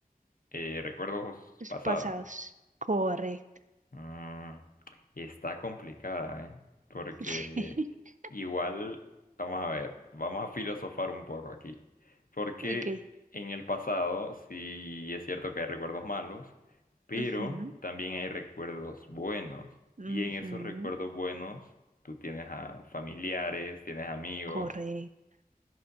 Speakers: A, on the left; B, on the right.
A: eh, recuerdos
B: Los
A: pasados.
B: pasados. Correcto.
A: Mm, está complicada, ¿eh? Porque
B: <laughs> Sí.
A: igual, vamos a ver, vamos a filosofar un poco aquí. Porque
B: Ok.
A: en el pasado sí es cierto que hay recuerdos malos, pero
B: Ujú,
A: también hay recuerdos buenos.
B: ujú,
A: Y en esos recuerdos buenos tú tienes a familiares, tienes amigos.
B: Correcto.